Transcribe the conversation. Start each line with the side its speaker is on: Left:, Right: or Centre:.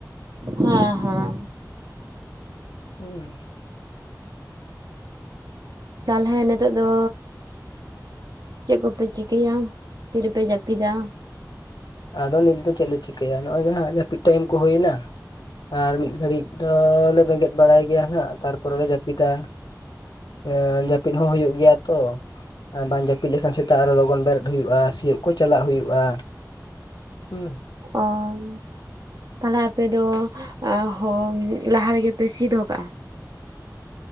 Right: ᱦᱮᱸ ᱦᱮᱸ
Left: ᱩᱸᱻ
Right: ᱛᱟᱞᱦᱮ ᱱᱤᱛᱚᱜ ᱫᱚᱼᱼ ᱪᱮᱜ ᱠᱚᱯᱮ ᱪᱤᱠᱟᱹᱭᱟ ᱛᱤᱨᱮ ᱯᱮ ᱡᱟᱯᱤᱫᱟ?
Left: ᱟᱫᱚ ᱱᱤᱛ ᱫᱚ ᱪᱮᱫ ᱞᱮ ᱪᱤᱠᱟᱹᱭᱟ ᱱᱚᱜ-ᱚᱚᱭ ᱡᱟᱦᱟᱸ ᱡᱟᱯᱤᱫ ᱴᱟᱭᱤᱢ ᱠᱚ ᱦᱚᱭᱮᱱᱟ? ᱟᱨ ᱢᱤᱫ ᱜᱷᱟᱹᱲᱤᱡ ᱫᱚ ᱞᱮ ᱵᱮᱸᱜᱮᱫ ᱵᱟᱲᱟᱭ ᱜᱮᱭᱟ ᱦᱟᱸᱜ ᱛᱟᱨᱯᱚᱨᱮ ᱞᱮ‌ ᱡᱟᱹᱯᱤᱫᱟ᱾ ᱮᱸ ᱡᱟᱹᱯᱤᱫ ᱦᱚᱸ ᱦᱩᱭᱩᱜ ᱜᱮᱭᱟ ᱛᱚ᱾ ᱟᱨ ᱵᱟᱝ ᱡᱟᱹᱯᱤᱫ ᱞᱮᱠᱷᱟᱱ ᱥᱮᱛᱟᱜ ᱟᱨᱦᱚ ᱞᱚᱜᱚᱱ ᱵᱮᱨᱮᱫ ᱦᱩᱭᱩᱜ-ᱟ ᱥᱤᱭᱳᱜ ᱠᱚ ᱪᱟᱞᱟᱜ ᱦᱩᱭᱩᱜ-ᱟ᱾ ᱩᱸ᱾
Right: ᱚᱸ ᱛᱟᱞᱦᱮ ᱟᱯᱮ ᱫᱚᱼᱼ ᱟᱸ ᱦᱚᱭ ᱞᱟᱦᱟ ᱨᱮᱜᱮ ᱯᱮ ᱥᱤᱫ ᱫᱚᱦᱚ ᱠᱟᱜ-ᱟ᱾